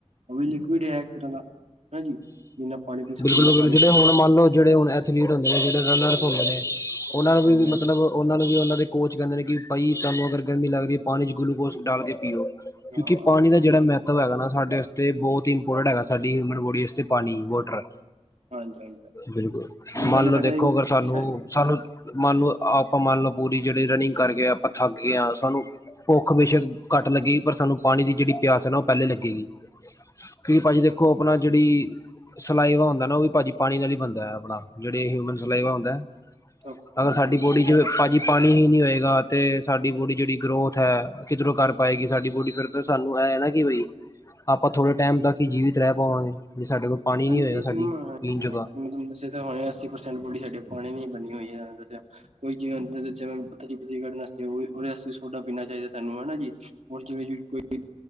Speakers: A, on the right (about 70°); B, on the left (about 25°).
A: ਅ ਲਿਕੀਡ ਹੈ ਇਕ ਤਰਾਂ, ਹਨਾ ਹਾਂਜੀ ਜਿੰਨਾ ਪਾਣੀ ਪੀ ਸਕਦੇ
B: ਬਿਲਕੁਲ-
A: ਹੋ ਉਨਾ
B: ਬਿਲਕੁਲ,
A: ਪਾਣੀ
B: ਜਿਹੜੇ
A: ਪੀਓ
B: ਹੁਣ ਮੰਨ ਲਓ ਜਿਹੜੇ ਹੁਣ ਐਥਲੀਟ ਹੁੰਦੇ ਨੇ, ਜਿਹੜੇ ਰਨਰਸੁੰਦੇ ਨੇ ਉਹਨਾਂ ਨੂੰ
A: ਹਾਂਜੀ
B: ਵੀ
A: ਹਾਂਜੀ
B: ਮਤਲਬ ਉਹਨਾਂ ਨੂੰ ਵੀ ਉਹਨਾਂ ਦੇ ਕੋਚ ਕਹਿੰਦੇ ਨੇ, ਕਿ ਭਾਈ ਤੁਹਾਨੂੰ ਅਗਰ ਗਰਮੀ ਲੱਗ ਰਹੀ ਹੈ ਪਾਣੀ 'ਚ ਗਲੂਕੋਜ਼ ਡਾਲ ਕੇ ਪੀਓ,
A: ਹਾਂ
B: ਕਿਉਂਕਿ ਪਾਣੀ ਦਾ ਜਿਹੜਾ ਮਹੱਤਵ ਹੈਗਾ ਨਾ ਸਾਡੇ ਤੇ ਬਹੁਤ ਹੀ ਇੰਪੋਰਟੈਂਟ ਹੈਗਾ ਸਾਡੀ ਹਿਊਮਨ ਬੋਡੀ ਵਾਸਤੇ ਪਾਣੀ, ਵਾਟਰ
A: ਹਾਂਜੀ ਹਾਂਜੀ
B: ਬਿਲਕੁਲ,
A: ਸਹੀ
B: ਮੰਨ
A: ਗੱਲ ਹੈ
B: ਲਓ
A: ਸਾਡਾ
B: ਦੇਖੋ ਅਗਰ ਸਾਨੂੰ ਸਾਨੂੰ ਮੰਨ ਲ ਆਪਾਂ ਮੰਨ ਲਓ ਪੂਰੀ ਜਿਹੜੀ ਰਨਿੰਗ ਕਰਕੇ ਆਪਾਂ ਠੱਗ ਗਿਆਆਂ, ਸਾਨੂੰ ਭੁੱਖ ਬੇਸ਼ਕ ਘੱਟ ਲੱਗੀਈ ਪਰ ਸਾਨੂੰ ਪਾਣੀ ਦੀ ਜਿਹੜੀ ਪਿਆਸ ਹੈ ਨਾ ਉਹ ਪਹਿਲੇ ਲੱਗੇਗੀ, ਕਿਉਂਕਿ ਭਾਜੀ ਦੇਖੋ ਆਪਣਾ ਜਿਹੜੀ ਸਲਾਈਵਾ ਹੁੰਦਾ ਨਾ ਉਹ ਵੀ ਭਾਜੀ ਪਾਣੀ ਨਾਲ ਹੀ ਬਣਦਾ ਹੈ ਆਪਣਾ, ਜਿਹੜੇ ਹਨ ਹੁੰਦਾ
A: ਹਾਂਜੀ
B: ਅਗਰ ਸਾਡੀ
A: ਹਾਂਜੀ
B: ਬੋਡੀ
A: ਸਹੀ
B: 'ਚ
A: ਗੱਲ ਹੈ
B: ਭਾਜੀ ਪਾਣੀ ਹੀ ਨਈ ਹੋਏਗਾ। ਤੇ ਸਾਡੀ ਬੋਡੀ ਜਿਹੜੀ ਗਰੋਥ ਹੈ ਕਿਧਰੋਂ ਕਰ ਪਾਏਗੀ ਸਾਡੀ ਬੋਡੀ ਫਿਰ ਸਾਨੂੰ ਇਹ ਹੈ ਨਾ ਕਿ ਬਈ ਆਪਾਂ ਥੋੜ੍ਹੇ ਟਾਈਮ ਤੱਕ ਹੀ ਜੀਵਿਤ ਰਏ ਪਾਵਾਂਗੇ ਜੇ ਸਾਡੇ ਕੋਲ ਪਾਣੀ
A: ਹਾਂਜੀ
B: ਨਹੀਂ ਹੋਏਗਾ
A: <unintelligible>
B: ਸਾਡੀ
A: ਜੀ
B: ਪੀਣ ਜੋਗਾ
A: ਹੁਣੇ ਅੱਸੀ ਪ੍ਰਸੈਂਟ ਬੂੜ ਸਾਡੇ ਪਾਣੀ ਬਣੀ ਹੋਈ ਹੈ ਦੱਸਿਆ। ਕੋਈ ਕਿਵੇਂ ਜਵੇਂ ਪੱਥਰੀ ਪੂਥਰੀ ਕੱਢਣੈ। ਜਰੂਰੀ ਥੋੜੇ ਉਹਦੇ ਆਸਤੇ ਸੋਡਾ ਪੀਣਾ ਚਾਹੀਦਾ ਸਾਨੂੰ ਹਨਾ ਜੀ ਹੋਰ ਜਿਵੇਂ ਕੋਈ